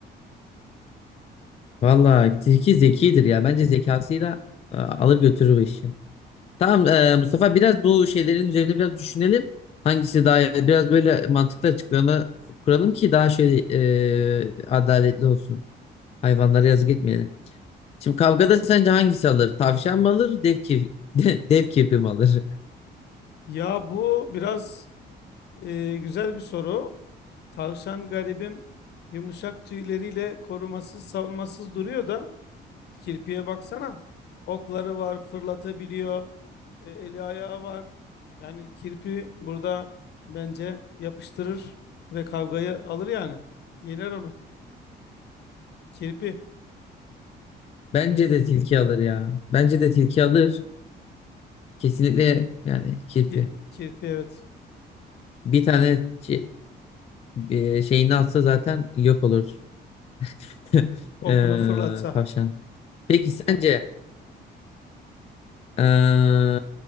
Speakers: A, on the left; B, on the left.
A: Vallahi tilki zekidir ya. Bence zekasıyla e, alır götürür bu işi. Tamam e, Mustafa biraz bu şeylerin üzerinde biraz düşünelim. Hangisi daha iyi? biraz böyle mantıklı açıklama kuralım ki daha şöyle e, adaletli olsun. Hayvanlara yazık etmeyelim. Şimdi kavgada sence hangisi alır? Tavşan mı alır? Dev kirpi, <laughs> dev kirpi mi alır?
B: Ya bu biraz e, güzel bir soru. Tavşan garibim yumuşak tüyleriyle korumasız, savunmasız duruyor da Kirpiye baksana. Okları var, fırlatabiliyor. E, eli ayağı var. Yani kirpi burada bence yapıştırır ve kavgayı alır yani. Yener onu. Kirpi.
A: Bence de tilki alır ya. Bence de tilki alır. Kesinlikle yani kirpi.
B: Ki- kirpi evet.
A: Bir tane çi- bir şeyini atsa zaten yok olur. <laughs>
B: Okunu
A: Ee,
B: fırlatsa.
A: tavşan. Peki sence ee,